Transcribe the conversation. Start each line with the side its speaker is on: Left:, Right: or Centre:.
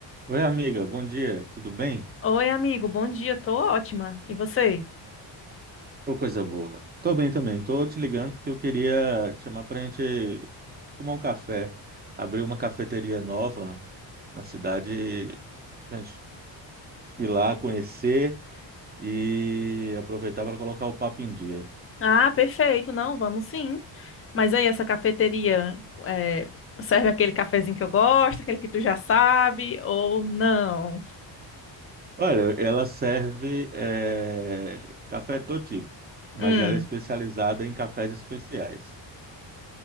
Right: Oi, amiga, bom dia, tudo bem?
Left: Oi, amigo, bom dia, tô ótima. E você?
Right: Ô, coisa boa. Tô bem também, tô te ligando porque eu queria te chamar pra gente tomar um café. Abrir uma cafeteria nova na cidade pra gente ir lá conhecer e aproveitar para colocar o papo em dia.
Left: Ah, perfeito, não, vamos sim. Mas aí, essa cafeteria é, serve aquele cafezinho que eu gosto, aquele que tu já sabe, ou não?
Right: Olha, ela serve eh, café de todo tipo, mas
Left: Hum,
Right: ela é especializada em cafés especiais.